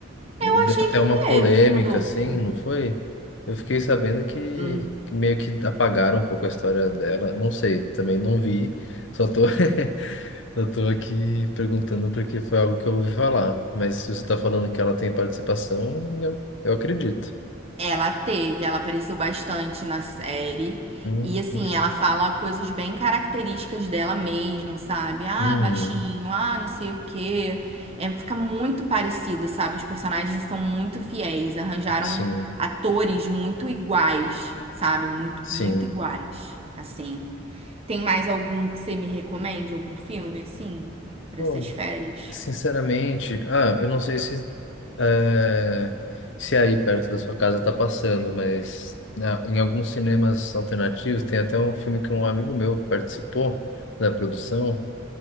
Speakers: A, on the left; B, on the right.
A: E
B: Eu
A: Deu
B: achei
A: até
B: que
A: uma
B: teve,
A: polêmica,
B: Rodolfo.
A: assim, não foi? Eu fiquei sabendo que,
B: Hum,
A: que meio que apagaram um pouco a história dela. Não sei, também não vi. Só tô. <laughs> Só tô aqui perguntando porque foi algo que eu ouvi falar. Mas se você tá falando que ela tem participação, eu, eu acredito.
B: Ela teve, ela apareceu bastante na série.
A: Hum,
B: E assim,
A: entendi.
B: ela fala coisas bem características dela mesmo, sabe? Ah,
A: Uhum,
B: baixinho, ah, não sei o quê. É, fica muito parecido, sabe? Os personagens são muito fiéis, arranjaram
A: sim,
B: atores muito iguais, sabe? Muito,
A: sim.
B: muito iguais, assim. Tem mais algum que você me recomende? Algum filme, assim, para
A: Bom,
B: essas férias?
A: sinceramente, ah, eu não sei se, é, se aí perto da sua casa tá passando, mas na- em alguns cinemas alternativos tem até um filme que um amigo meu participou da produção.